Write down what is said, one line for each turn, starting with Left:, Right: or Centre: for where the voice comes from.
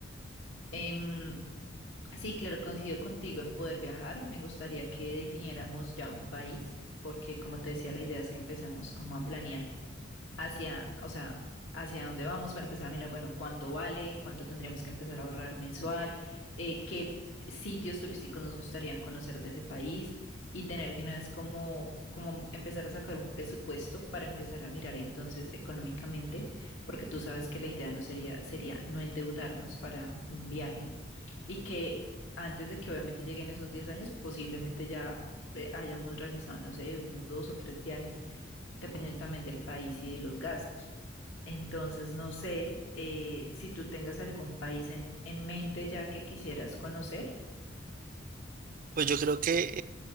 Left: Em, sí, claro, coincido contigo en poder viajar. Me gustaría que definiéramos ya un país, porque como te decía, la idea es que empecemos como a planear hacia, o sea, hacia dónde vamos para empezar a mirar, bueno, cuánto vale, cuánto tendríamos que empezar a ahorrar mensual, eh, qué sitios turísticos nos gustarían conocer de ese país y tener de una vez como, como empezar a sacar un presupuesto para empezar a mirar entonces económicamente, porque tú sabes que la idea no sería, sería no endeudarnos para un viaje y que antes de que obviamente lleguen esos 10 años, posiblemente ya eh, hayamos realizado, no sé, unos dos o tres viajes dependiendo también del país y de los gastos. Entonces, no sé eh, si tú tengas algún país en, en mente ya que quisieras conocer.
Right: Pues yo creo que